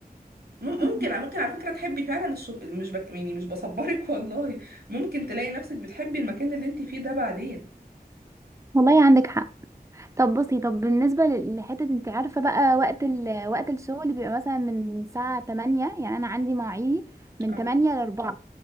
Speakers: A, on the right; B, on the right.
A: مم- ممكن
B: <laughs>
A: ممكن على فكره تحبي فعلا الشغل مش بك... يعني مش بصبرك <laughs> والله ممكن تلاقي نفسك بتحبي المكان اللي انت فيه ده بعدين
B: والله عندك حق طب بصي طب بالنسبة لل- لحتة أنت عارفة بقى وقت ال... وقت الشغل بيبقى مثلا من الساعة 8 يعني أنا عندي مواعيدي من
A: اه
B: 8 ل 4